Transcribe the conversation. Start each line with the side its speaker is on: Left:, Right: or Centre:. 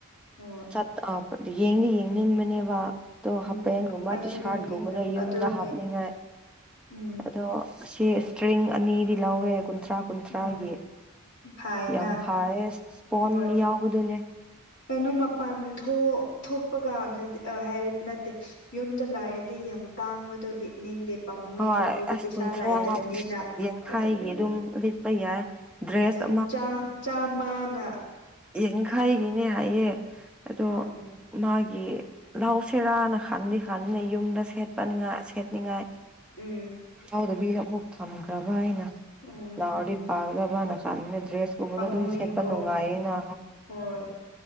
Left: ꯍꯣꯏ
Centre: ꯆꯠ ꯑ ꯄ ꯌꯦꯡꯗꯤ ꯌꯦꯡꯅꯤꯡꯕꯅꯦꯕ꯫ ꯇꯣ
Left: ꯎꯝ
Centre: ꯍꯥꯄꯦꯟꯒꯨꯝꯕ
Left: ꯑꯩꯁꯨ
Centre: ꯇꯤ ꯁꯥꯔꯠꯒꯨꯝꯕꯗ
Left: ꯌꯦꯡꯅꯤꯡꯈ꯭ꯔꯦ
Centre: ꯌꯨꯝꯗ
Left: ꯑꯗꯨꯅꯦ
Centre: ꯍꯥꯞꯅꯤꯡꯉꯥꯏ꯫
Left: ꯎꯝ
Centre: ꯑꯗꯣ ꯁꯤ ꯁꯇ꯭ꯔꯤꯡ ꯑꯅꯤꯗꯤ ꯂꯧꯋꯦ ꯀꯨꯟꯊ꯭ꯔꯥ ꯀꯨꯟꯊ꯭ꯔꯥꯒꯤ
Left: ꯎꯝ ꯐꯥꯏꯅ
Centre: ꯌꯥꯝ ꯐꯥꯌꯦ꯫ ꯄꯣꯟ
Left: ꯍꯣꯏ
Centre: ꯌꯥꯎꯕꯗꯨꯅꯦ
Left: ꯀꯩꯅꯣ ꯃꯄꯥꯟ ꯊꯣꯛ ꯊꯣꯛꯄ ꯀꯥꯟꯗ ꯍꯥꯏꯕꯗꯤ ꯅꯠꯇꯦ ꯌꯨꯝꯗ ꯂꯥꯏꯔꯗꯤ ꯌꯥꯝ ꯇꯥꯡꯕꯗꯣ ꯂꯤꯠꯅꯤꯡꯗꯦ꯫ ꯄꯥꯝꯃꯨꯑꯦꯀꯣ
Centre: ꯍꯣꯏ
Left: ꯑꯩꯈꯣꯏꯗꯤ
Centre: ꯑꯁ
Left: ꯄꯩꯁꯥ
Centre: ꯀꯨꯟꯊ꯭ꯔꯥ
Left: ꯂꯥꯏꯗꯕꯅꯤꯅ
Centre: ꯌꯥꯡꯈꯥꯏꯒꯤ
Left: ꯑꯗꯨꯒꯤꯅꯦ
Centre: ꯑꯗꯨꯝ ꯂꯤꯠꯄ ꯌꯥꯏ ꯗ꯭ꯔꯦꯁ
Left: ꯑꯗꯨ ꯆꯥ ꯆꯥꯃꯅ
Centre: ꯌꯦꯡꯈꯥꯏꯒꯤꯅꯦ ꯍꯥꯏꯌꯦ ꯑꯗꯣ
Left: ꯎꯝ
Centre: ꯃꯥ ꯒꯤ ꯂꯧ ꯁꯦꯔꯥꯅ ꯈꯟꯗꯤ ꯈꯟꯅꯤ ꯌꯨꯝꯗ ꯁꯦꯠꯄꯅꯤꯉꯥꯏ ꯁꯦꯠꯅꯤꯡꯉꯥꯏ꯫
Left: ꯎꯝ
Centre: ꯥꯎꯗꯕꯤꯗ ꯑꯃꯨꯛ ꯊꯝꯈ꯭ꯔꯕ ꯑꯩꯅ
Left: ꯎꯝ
Centre: ꯂꯥꯎꯔꯗꯤ ꯄꯥꯒꯗ ꯏꯕꯥꯥꯟꯅ ꯀꯥꯟꯗꯅ ꯗ꯭ꯔꯦꯁꯀꯨꯝꯕꯗ
Left: ꯄꯥꯝꯃꯨꯌꯦꯀꯣ
Centre: ꯑꯗꯨꯝ ꯁꯦꯠꯄ ꯅꯨꯡꯉꯥꯏꯌꯦꯅ꯫
Left: ꯍꯣꯏ꯫